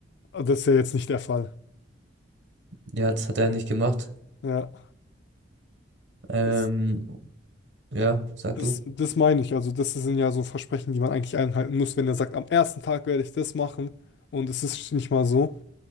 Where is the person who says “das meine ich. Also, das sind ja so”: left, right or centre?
Left